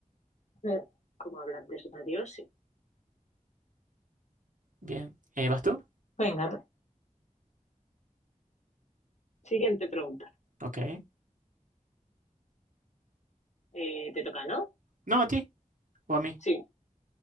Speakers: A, on the left (about 60°); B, on the right (about 75°).
A: Eh, como hablantes nativos, sí.
B: Bien. Eh, ¿vas tú?
A: Venga, Siguiente pregunta.
B: Ok.
A: Eh, ¿te toca, no?
B: No, a ti. ¿O a mí?
A: Sí.